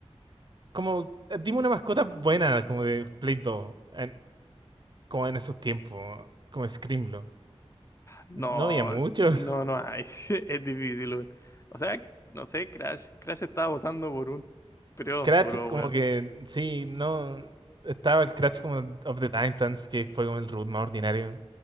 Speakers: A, on the right; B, on the left.
A: como, eh, dime una mascota buena como de Play 2, en- como en esos tiempos, como Screamlo.
B: No,
A: No había mucho.
B: no,
A: <laughs>
B: no hay. <laughs> Es difícil, weón. O sea, no sé, Crash. Crash estaba pasando por un periodo
A: Crash
B: oscuro,
A: como
B: weón.
A: que, sí, no... Estaba el Crash como of the Titans, que fue como el root más ordinario.